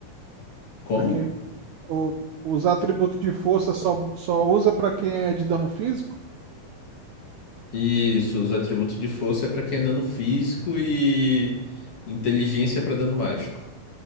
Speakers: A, on the left; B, on the right.
A: Como?
B: Pra quem O- os atributos de força só, só usa para quem é de dano físico?
A: Isso, os atributos de força é pra quem é dano físico e inteligência é pra dano mágico.